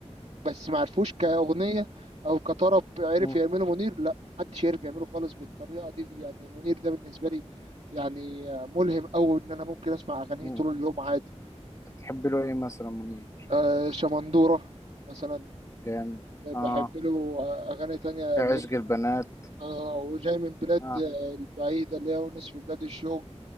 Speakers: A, on the right (about 70°); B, on the left (about 25°).
A: بس ما عرفوش كأغنية أو كطرب عرف
B: مم.
A: يعمله منير لا محدش عرف يعمله خالص بالطريقة دي يعني منير ده بالنسبة لي يعني ملهم أوي إن أنا ممكن أسمع أغانيه
B: مم.
A: طول اليوم عادي
B: تحب له ايه مثلا منير
A: آه شمندورة مثلا
B: جامد اه
A: بحب له أغاني تانية
B: في
A: اللي
B: عشق
A: هي
B: البنات
A: آه وجاي من بلاد
B: اه
A: البعيدة اللي هي ونس في بلاد الشوق